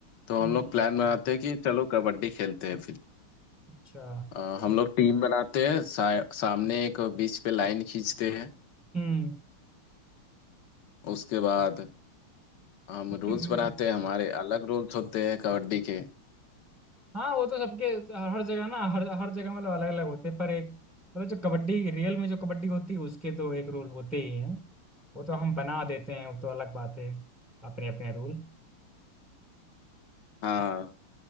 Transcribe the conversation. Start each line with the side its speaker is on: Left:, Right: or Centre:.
Left: तो
Centre: हम्म
Left: हम लोग प्लान बनाते हैं कि चलो कबड्डी खेलते हैं फिर
Centre: अच्छा
Left: अ, हम लोग टीम बनाते हैं सा, सामने एक बीच पे लाइन खींचते हैं
Centre: हम्म
Left: उसके बाद हम रूल्स
Centre: हम्म।
Left: बनाते हैं हमारे अलग रूल्स होते हैं कबड्डी के
Centre: हाँ वो तो सबके हर हर जगह ना हर हर जगह मतलब अलग अलग होते हैं पर एक मतलब जो कबड्डी रियल में जो कबड्डी होती है उसके तो एक रूल होते ही हैं वो तो हम बना देते हैं वो तो अलग बात है अपने अपने रूल
Left: हाँ